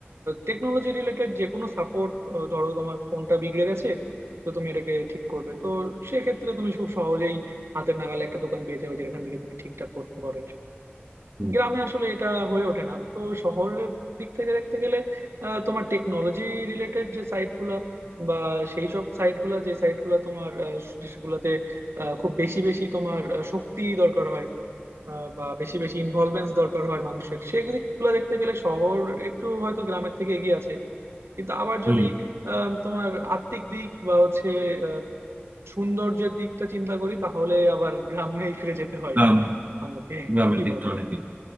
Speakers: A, on the right; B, on the right.
A: টেকনোলজি রিলেটেড যে কোনো সাপোর্ট ধরো তোমার ফোনটা বিগড়ে গেছে তো তুমি এটাকে ঠিক করবে তো সেক্ষেত্রে তুমি খুব সহজেই হাতের নাগালে একটা দোকান পেয়ে যাবে যেখান থেকে তুমি ঠিকঠাক করতে পারো
B: হুম
A: গ্রামে আসলে এটা হয়ে ওঠে না তো শহরের দিক থেকে দেখতে গেলে আহ, তোমার টেকনোলজি রিলেটেড যে সাইটগুলা বা সেই সব সাইটগুলা যে সাইটগুলা তোমার আহ, দেশগুলাতে আহ, খুব বেশি বেশি তোমার আহ, শক্তি দরকার হয় আহ, বা বেশি বেশি ইনভলভমেন্ট দরকার হয় মানুষের সেই দিকগুলো দেখতে গেলে শহর একটু হয়তো গ্রামের থেকে এগিয়ে আছে কিন্তু আবার
B: হুম
A: যদি আহ, তোমার আত্মিক দিক বা হচ্ছে আহ, সৌন্দর্যের দিকটা চিন্তা করি তাহলে আবার গ্রামেই ফিরে যেতে হয়
B: গ্রাম
A: আমাকে
B: গ্রামের
A: কি
B: দিকটা
A: বলো
B: অনেক